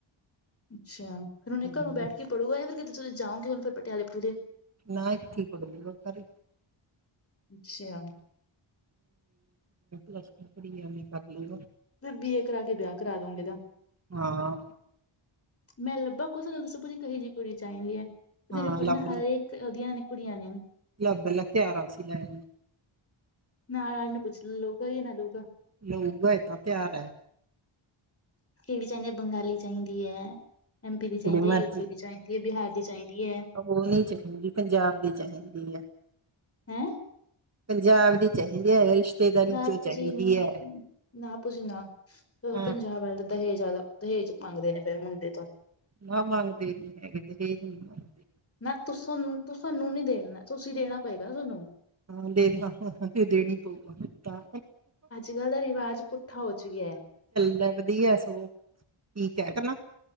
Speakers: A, on the left; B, on the right.
A: ਅੱਛਾ ਫਿਰ ਉਹਨੇ
B: ਹਮ,
A: ਘਰੋਂ ਬੈਠ ਕੇ ਪੜੂਗਾ ਫੇਿਰ ਕਿਤੇ ਤੁਸੀਂ ਜਾਓਂਗੇ ਹੁਨ ਪਟਿਆਲੇ ਪਟੂਲੇ।
B: ਨਾਥੀ ਪੜ ਖਾਰੀ।
A: ਅੱਛਾ।
B: ਪੱਸ ਪੜੀ ਆਵੇ ਕਰ ਲ ਵ
A: ਯਾ ਬੀ ਏ ਕਰਾ ਕੇ ਵਿਆਹ ਕਰਾ ਦੋਗੇ ਐਦਾ।
B: ਹਾਂ
A: ਮੈਂ ਲੱਭਾ ਕੁਛ ਦੱਸੋ ਕਹੇੋ ਜਿਹੀ ਕੁੜੀ ਚਾਹੀਦੀ ਹੈ
B: ਹਾਂ
A: ਮੇਰੇ ਕੋਲ
B: ਲੱਭ
A: ਨਾ ਹਰੇਕ।
B: ਲੈ
A: ਉਹਦੀਆਂ ਨੇ ਕੁੜੀਆਂ ਨੇ
B: ਲੱਭ ਲ ਤਿਆਰ ਆ ਸੀ ਲੈ ਨੂੰ
A: ਨਾਲ ਨਾਲ ਨੂੰ ਪੁੱਛ ਲਊਗਾ ਜਾਂ ਨਾ ਲੂਗਾ।
B: ਲਊਗਾ ਏ ਤਾਂ ਤਿਆਰ ਹੈ।
A: ਕਿਹੜੀ ਚਾਹੀਦੀ ਹੈ ਬੰਗਾਲੀ ਚਾਹੀਦੀ ਹੈ, ਐੱਮ ਪੀ ਦੀ ਚਾਹੀਦੀ
B: ਜਿਹੜੀ ਮਰਜ਼ੀ
A: ਹੈ, ਯੂ ਪੀ ਦੀ ਚਾਹੀਦੀ ਹੈ, ਬਿਹਾਰ ਦੀ ਚਾਹੀਦੀ ਹੈ।
B: ਉਹ ਨਹੀ ਚਾਹੀਦੀ ਪੰਜਾਬ ਦੀ ਚਾਹੀਦੀ ਆ।
A: ਹੈਮ।
B: ਪੰਜਾਬ ਦੀ ਚਾਹੀਦੀ ਹੈ। ਰਿਸ਼ਤੇਦਾਰੀ
A: ਨਾਪਸੀ
B: ਚੋਂ ਚਾਹੀਦੀ
A: ਨਹੀਂ
B: ਹੈ
A: ਨਾ ਪੁਛ ਨਾ
B: ਹਾਂ
A: ਪੰਜਾਬ ਵਾਲ ਦਹੇਜਾਂ ਦਾ ਦਹੇਜ ਮੰਗਦੇ ਨੇ ਕਈ ਮੁੰਡੇ ਤੋਂ।
B: ਨਾ ਮੰਗਦੇ ਨੀ ਹੈਗੇ ਦਹੇਜ ਨੀ ਮੰਗਦੇ।
A: ਨਾ ਤੁਸਨੂੰ ਤੁਸਨੂੰ ਨੀ ਦੇਣਾ ਤੁਸੀਂ ਦੇਣਾ ਪਏਗਾ ਨਾ ਤੁਹਾਨੂੰ।
B: ਹਾਂ ਹਾਂ ਦੇਣੀ ਪਗਾ ਤਾਂ।
A: ਕੱਲ੍ਹ ਦਾ ਰਿਵਾਜ ਅੱਜ ਪੁੱਠਾ ਹੋ ਚੁੱਕਿਆ ਹੈ।
B: ਲਗਦੀ ਹੈ ਸਗੋਂ ਠੀਕ ਹੈ ਕੇ ਨਾ।